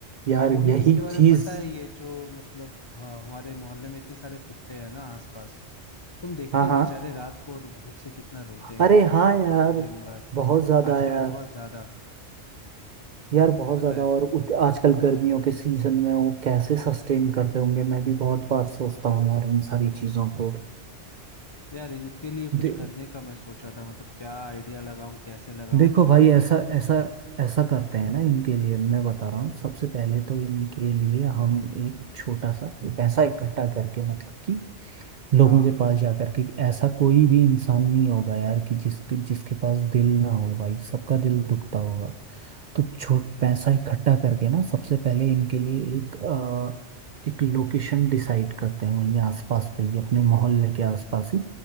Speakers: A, on the right; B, on the left.
A: यार
B: और वो भी
A: यही
B: किसके बारे
A: चीज
B: में पता है ये जो मतलब हाँ, हमारे मोहल्ले में इतने सारे कुत्ते हैं ना आसपास तुम देखते
A: हाँ
B: हो
A: हाँ
B: बेचारे रात को रो- भूख से कितना रोते हैं
A: अरे
B: यार
A: हाँ यार
B: दिन भर
A: बहुत ज्यादा
B: आजकल
A: यार
B: बहुत ज्यादा
A: यार
B: तो
A: बहुत
B: पता
A: ज्यादा
B: है
A: और उत, आजकल गर्मियों के सीजन में वो कैसे सस्टेन करते होंगे मैं भी बहुत बार सोचता हूँ यार इन सारी चीजों को
B: यार इनके लिए
A: दे,
B: कुछ करने का मैं सोच रहा था मतलब क्या आइडिया लगाऊं कैसे लगाऊं
A: देखो
B: कि
A: भाई
B: मतलब
A: ऐसा ऐसा ऐसा करते हैं
B: हम्म
A: ना इनके लिए मैं बता रहा हूँ सबसे पहले तो इनके लिए हम एक छोटा सा पैसा इकट्ठा करके मतलब कि लोगों
B: हाँ
A: के पास जाकर के ऐसा कोई भी इंसान नहीं होगा यार कि जिस जिसके पास दिल ना हो भाई सबका दिल दुखता होगा तो छोट पैसा इकट्ठा करके ना सबसे पहले इनके लिए एक अ, एक लोकेशन डिसाइड करते हैं वहीं आसपास पे ही अपने मोहल्ले के आसपास ही